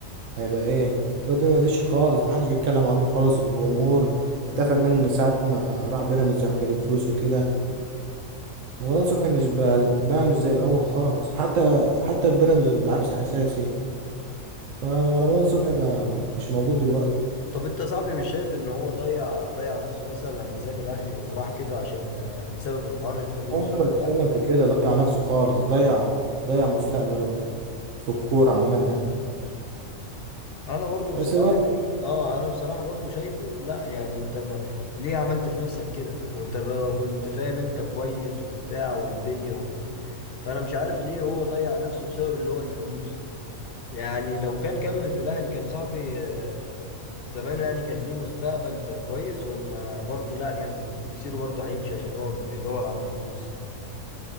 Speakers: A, on the right (about 70°); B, on the left (about 50°).
A: هيبقى ايه دلوقتي ما فيش خالص محدش بيتكلم عنه خالص والجمهور اتقفل منه من ساعة ما راح بيراميدز وحكاية الفلوس وكده رمضان صبحي مش بقى, بقى مش زي الأول خالص حتى حتى في بيراميدز ما بيلعبش أساسي فرمضان صبحي بقى مش موجود دلوقتي
B: طب انت صاحبي مش شايف ان هو ضيع ضيع نفسه مثلا لما ساب الاهلي وراح كده عشان آه، بسبب حوار الفلوس
A: هو اللي
B: وبتاع
A: بيتكلم في كده ضيع نفسه خالص ضيع ضيع مستقبله في الكورة عامة
B: انا برضو بصراحة
A: بس برضه
B: يعني اه انا بصراحة برضو شايفه لا يعني انت ما ليه عملت في نفسك كده وانت بقى كنت فاهم انت كويس وبتاع والدنيا و... فانا مش عارف ليه هو ضيع نفسه بسبب اللي هو الفلوس يعني لو كان كمل في الاهلي كان صاحبي آه، زمانه يعني كان ليه مستقبل كويس ولا برضو لا كان مسيره برضو هيمشي عشان هو بيدور على الفلوس